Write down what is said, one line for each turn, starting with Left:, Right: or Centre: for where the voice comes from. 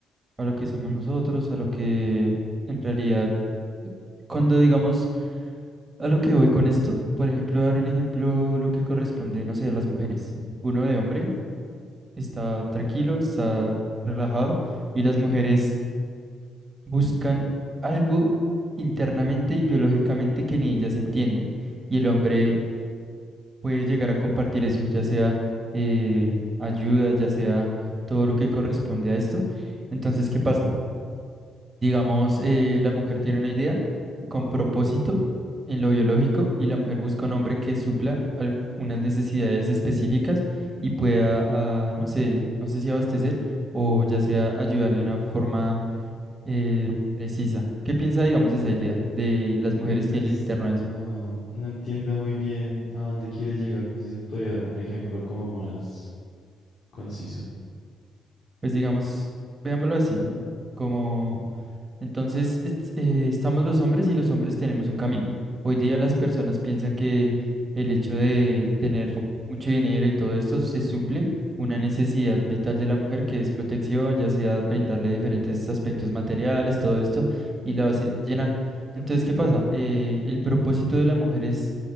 Right: a lo que somos nosotros, a lo que en realidad, cuando digamos a lo que voy con esto, por ejemplo, dar un ejemplo, lo que corresponde, no sé, a las mujeres. Uno de hombre está tranquilo, está relajado, y las mujeres buscan algo internamente y biológicamente que ni ellas entienden. Y el hombre puede llegar a compartir eso, ya sea eh, ayuda, ya sea todo lo que corresponde a esto. Entonces, ¿qué pasa? Digamos, eh, la mujer tiene una idea con propósito en lo biológico y la mujer busca un hombre que supla al- unas necesidades específicas y pueda, ah, no sé, no sé si abastecer o ya sea ayudar de una forma eh, precisa. ¿Qué piensa, digamos, de esa idea? De las mujeres
Left: uy, pues,
Right: tienen interno a eso?
Left: no, no entiendo muy bien a dónde quiere llegar. No sé si podría darme un ejemplo como más conciso.
Right: Pues digamos, veámoslo así, como entonces est- eh, estamos los hombres y los hombres tenemos un camino. Hoy día las personas piensan que el hecho de tener mucho dinero y todo esto se suple una necesidad vital de la mujer que es protección, ya sea brindarle diferentes aspectos materiales, todo esto, y la hace llenar. Entonces, ¿qué pasa? Eh, el propósito de la mujer es